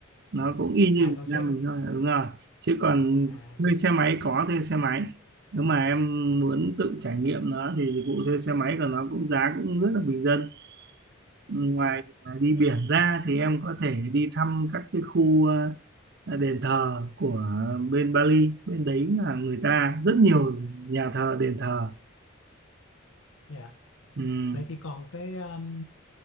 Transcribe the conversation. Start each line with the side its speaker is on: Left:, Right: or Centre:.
Right: nó cũng y như
Left: à
Right: Việt
Left: Gojek
Right: Nam mình thôi đúng rồi chứ còn
Left: à
Right: thuê xe máy có thuê xe máy nếu mà em muốn tự trải nghiệm nó thì dịch vụ thuê xe máy của nó cũng giá cũng rất là bình dân ngoài
Left: dạ
Right: đi biển ra thì em có thể đi thăm các cái khu ờ, đền thờ của bên Bali bên đấy là người ta rất nhiều nhà thờ đền thờ
Left: dạ
Right: Ừm,
Left: Vậy thì còn cái um,